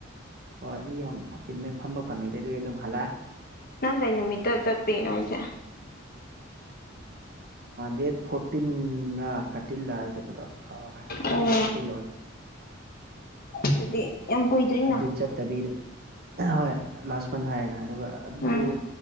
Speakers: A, on the right; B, on the left.
A: ꯍꯣꯏ ꯃꯤ ꯌꯥꯝ ꯐꯆꯤꯟꯕ ꯐꯝꯕ ꯐꯪꯉꯤꯗ ꯑꯗꯨꯗꯤ ꯑꯗꯨꯝ ꯍꯜꯂꯛꯑꯦ
B: ꯅꯪ ꯀꯩꯅ ꯅꯨꯃꯤꯠꯇ ꯆꯠꯄꯤꯅ ꯍꯥꯏꯁꯦ
A: ꯗꯦꯠ ꯐꯣꯔꯇꯤꯟ ꯔꯥ ꯊꯥꯔꯇꯤꯟ ꯂꯥꯛꯑꯏ ꯆꯠꯄꯗꯣ ꯀꯥꯎ ꯊꯥꯔꯇꯤ
B: ꯑꯣ
A: ꯐꯣꯔꯇꯤ
B: ꯑꯗꯨꯗꯤ ꯌꯥꯝ ꯀꯨꯏꯗ꯭ꯔꯤꯅ
A: ꯑꯗꯨ ꯆꯠꯇꯕꯤꯗ ꯍꯣꯏ ꯂꯥꯁ ꯃꯟ ꯍꯥꯏꯔꯦꯅ ꯑꯗꯨꯒ ꯑꯗꯨ
B: ꯎꯝ